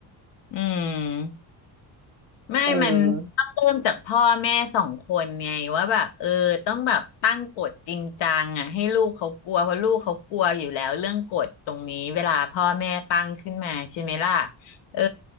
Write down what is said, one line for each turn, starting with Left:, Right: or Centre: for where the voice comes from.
Left: อืม ไม่มันต้องเริ่มจากพ่อแม่สองคนไงว่าแบบเออต้องแบบตั้งกฎจริงจังอ่ะให้ลูกเขากลัวเพราะลูกเขากลัวอยู่แล้วเรื่องกฎตรงนี้เวลาพ่อแม่ตั้งขึ้นมาใช่ไหมล่ะ
Right: เออ
Left: เออ